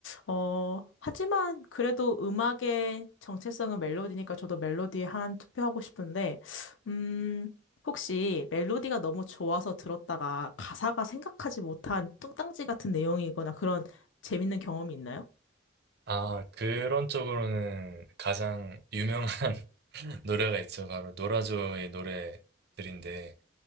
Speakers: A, on the left (about 75°); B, on the right (about 60°).
A: 어, 하지만 그래도 음악의 정체성은 멜로디니까 저도 멜로디에 한 투표하고 싶은데, 음... 혹시 멜로디가 너무 좋아서 들었다가 가사가 생각하지 못한 뚱딴지 같은 내용이거나 그런 재밌는 경험이 있나요?
B: 아, 그런 쪽으로는 가장 유명한 <laughs> 노래가 있죠. 바로 노라조의 노래들인데